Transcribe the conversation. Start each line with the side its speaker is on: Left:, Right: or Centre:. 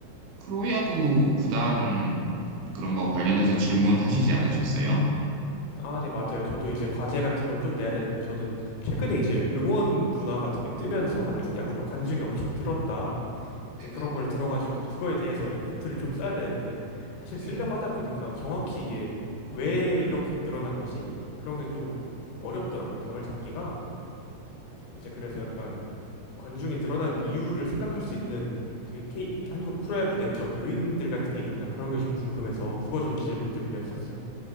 Right: 프로야구 구단 그런 거 관련해서 질문하시지 않으셨어요?
Left: 아, 네, 맞아요. 저도 이제 과제 같은 걸 좀 내야 되는데 저는 최근에 이제 응원 문화가 되게 뜨면서 한국 야구가 관중이 엄청 늘었다.
Right: 네네,
Left: 이제 그런 걸 들어가지고
Right: 맞아요.
Left: 그거에 대해서 레포트를 좀 써야 되는데 사실
Right: 네.
Left: 쓰려고 하다 보니까 정확히 이게 왜 이렇게 늘어난 거지? 그런 게 좀 어렵더라고요. 감을 잡기가. 이제 그래서 약간 관중이 늘어난 이유를 생각할 수 있는 그 K-
Right: 네.
Left: 한국 프로야구 내적 요인들 같은 게 있나 그런 게 좀 궁금해서 그거 좀 질문 드리려 했었어요.